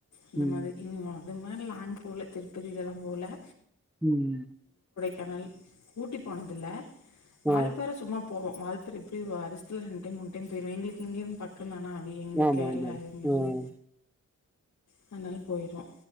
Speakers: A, on the left (about 80°); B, in the centre.
A: அந்த
B: ம்,
A: மாதிரி இனி அது மாதிரி லாங் போல திருப்பதி இதெல்லா போல
B: உம்
A: கனல் ஊட்டி போனதில்ல வால்ப்பார
B: ஆ
A: சும்மா போவோ வால்ர் எப்டி வருஷத்துல ரெண்டு டைம் மூனு டைம் போயிருவ எங்களுக்கு இங்கிருந்து பக்க தானா அவி எங்கள்
B: ஆமா
A: கேரளா
B: ஆமா
A: இங்கேருந்து
B: ஆஹ்
A: அதனால போயிருவோ